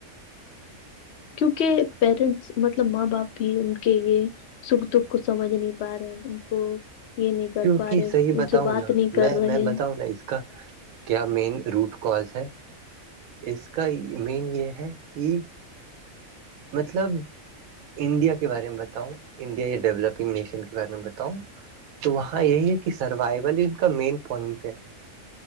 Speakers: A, on the right; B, on the left.
A: <inaudible>
B: کیونکہ پیرنٹس مطلب ماں باپ بھی ان کے یہ سکھ دکھ کو سمجھ نہیں پا رہے ان کو یہ نہیں کر
A: کیوںکہ
B: پا رہے
A: صحیح
B: ان
A: بتاؤں
B: سے بات
A: نا
B: نہیں کر
A: میں
B: رہے
A: میں
B: ہیں۔
A: بتاؤں نا اس کا کیا مین روٹ کاز ہے اس کا میں یہ ہے کہ مطلب انڈیا کے بارے میں بتاؤں انڈیا یا ڈیولپنگ نیشن کے بارے میں بتاؤں تو وہاں یہی ہے کہ سروائول ان کا مین پوائنٹ ہے